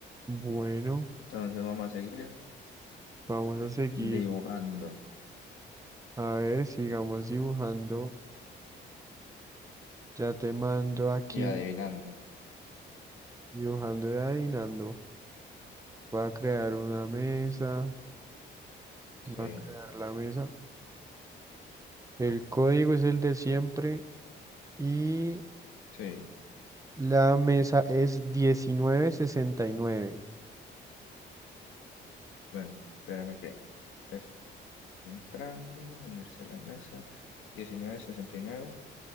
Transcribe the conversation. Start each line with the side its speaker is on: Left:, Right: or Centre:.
Right: Bueno,
Left: Entonces vamos a seguir
Right: vamos a seguir.
Left: dibujando
Right: A ver, sigamos dibujando. Ya te mando aquí,
Left: y adivinando.
Right: dibujando y adivinando. Voy a crear una mesa.
Left: Sí,
Right: Voy a crear la mesa. El código es el de siempre y
Left: sí.
Right: la mesa es 1969.
Left: Bueno, espérame que estoy entrando, unirse a la mesa, 1969 y nueve